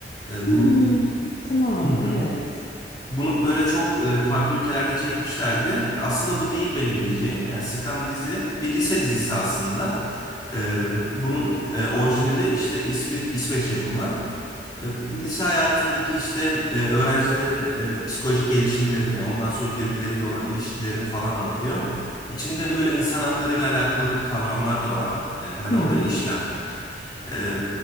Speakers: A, on the left; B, on the left.
A: E,
B: Hmm,
A: bunun
B: tamam,
A: Hı hı.
B: evet.
A: Bunu böyle çok e, farklı ülkelerde çekmişlerdi. Aslında bu değil benim diyeceğim. Yani Scam dizi bir lise dizisi aslında. E, bunun e, orijinali işte İsvi- İsveç yapımı. E, Bu lise hayatındaki işte e, öğrencilerin e, psikolojik gelişimlerini, ondan sonra birbirleriyle olan ilişkilerini falan anlatıyor. İçinde böyle insan haklarıyla alakalı kavramlar da var. E, Hani
B: Hı
A: o
B: hı,
A: da işlenmiş. E,